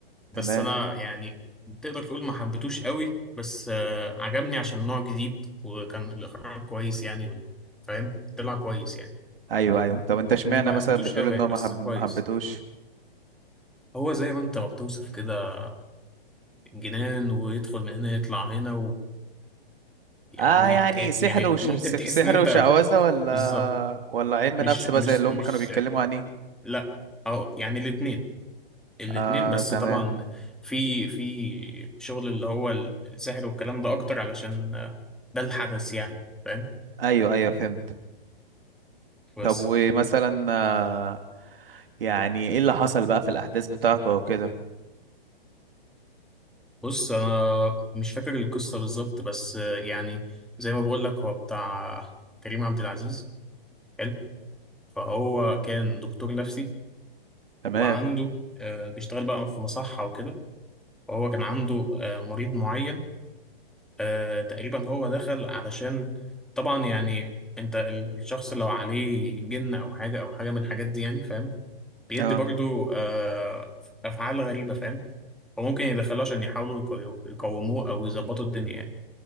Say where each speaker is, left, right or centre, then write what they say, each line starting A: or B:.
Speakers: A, in the centre; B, on the right (about 70°).
A: بس
B: تمام
A: انا يعني تقدر تقول ما حبيتوش قوي بس آه، عجبني عشان نوع جديد وكان الاخراج كويس يعني وال- فاهم طلع كويس يعني
B: ايوه ايوه طب انت اشمعنى
A: اني ما حبيتوش
B: مثلا بتقول
A: قوي
B: ان
A: يعني
B: هو ما
A: بس
B: حب...
A: كويس
B: ما حبيتهوش
A: هو زي ما انت ما بتوصف كده جنان ويدخل من هنا يطلع هنا ويعني
B: اه يعني
A: تع-
B: سحر
A: يعني
B: وش
A: ممكن
B: س- سحر
A: تحس ان انت
B: وشعوذة ولا
A: بالظبط
B: ولا علم
A: مش
B: نفس
A: مش
B: بقى زي اللي
A: مش
B: هم كانوا بيتكلموا عن ايه
A: لا او يعني الاتنين الاتنين
B: اه
A: بس
B: تمام
A: طبعا في في شغل اللي هو ال- السحر والكلام ده اكتر علشان ده ده الحدث يعني فاهم
B: ايوه ايوه فهمت
A: بس
B: طب ومثلا آه يعني ايه اللي حصل بقى في الاحداث بتاعته او كده
A: بص انا مش فاكر القصة بالظبط بس يعني زي ما بقول لك هو بتاع كريم عبد العزيز حلو فهو كان دكتور نفسي
B: تمام
A: وعنده آه، بيشتغل بقى في مصحة وكده وهو كان عنده آه، مريض معين آه، تقريبا هو دخل علشان طبعا يعني انت ال- الشخص لو عليه جن او حاجه او حاجه من الحاجات دي يعني فاهم بيدي
B: اه
A: برضو آه، افعال غريبه فاهم فممكن يدخلوه عشان يحاولوا يقو- يقوموه او يظبطوا الدنيا يعني